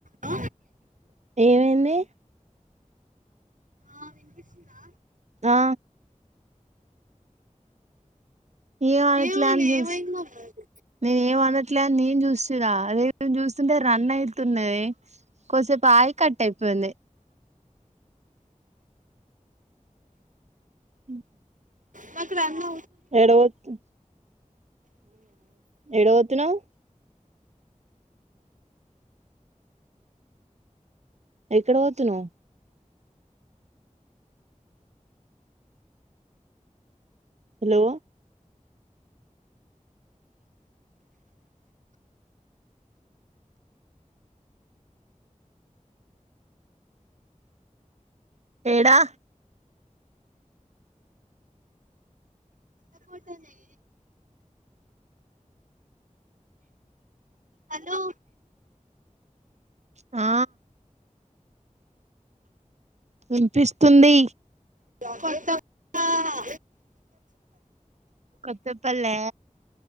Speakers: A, on the right (about 70°); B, on the right (about 55°).
A: ఆ
B: ఏమైంది
A: ఆ వినిపిస్తుందా
B: ఆ ఏం అనట్లే
A: ఏమోనే
B: జుస్
A: ఏమైందో మరి
B: నేను ఏం అనట్లే అని నేను చూస్తున్న అదే నేను చూస్తుంటే రన్ అయితున్నది. కోసేపు ఆగి కట్టు అయిపోయింది. ఉ
A: మాకు రన్ను
B: ఏడ వొతు ఏడవోతున్నవు. ఎక్కడ పోతున్నవు. హలో ఏడా
A: <unintelligible> హలో
B: ఆ వినిపిస్తుంది
A: కొత్త కొత్త
B: కొత్తపల్లే